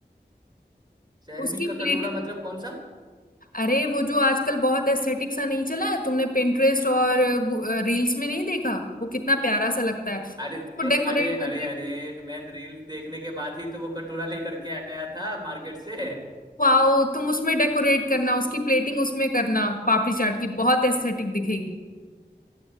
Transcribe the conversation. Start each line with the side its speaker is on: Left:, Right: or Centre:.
Right: सेरेमिक
Left: उसकी
Right: का
Left: प्लेट
Right: कटोरा मतलब कौन सा
Left: अरे वो जो आजकल बहुत एस्थेटिक सा नहीं चला है तुमने पिंटरेस्ट और रील्स में नहीं देखा वो कितना प्यारा सा लगता है उसको
Right: अरे
Left: डेकोरेट
Right: अरे
Left: करके
Right: अरे अरे मैं रील्स देखने के बाद ही तो वो कटोरा लेकर के आया था मार्केट से
Left: वाओ तुम उसमें डेकोरेट करना उसकी प्लेटिंग उसमें करना पापड़ी चाट की बहुत एस्थेटिक दिखेगी